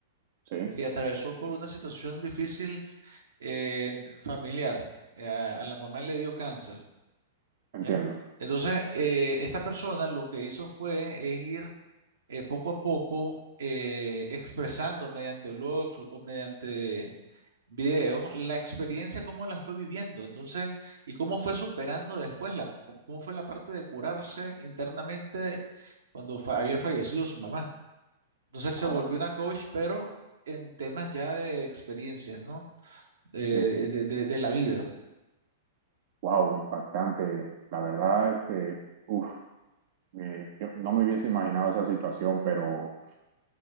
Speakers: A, on the right; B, on the right.
A: sí,
B: que atravesó por una situación difícil eh, familiar. Eh, a, a la mamá le dio cáncer,
A: entiendo.
B: ¿ya? Entonces, eh, esta persona lo que hizo fue es ir eh, poco a poco eh, expresando mediante blogs o, o mediante videos la experiencia, cómo la fue viviendo, entonces, y cómo fue superando después, la, cómo fue la parte de curarse internamente cuando fa- había fallecido su mamá. Entonces se
A: Ah,
B: volvió
A: vaya,
B: una coach, pero en temas ya de experiencias, ¿no? Eh,
A: sí.
B: de, de de la vida.
A: Wow, impactante. La verdad, este, uf, eh, yo no me hubiese imaginado esa situación, pero,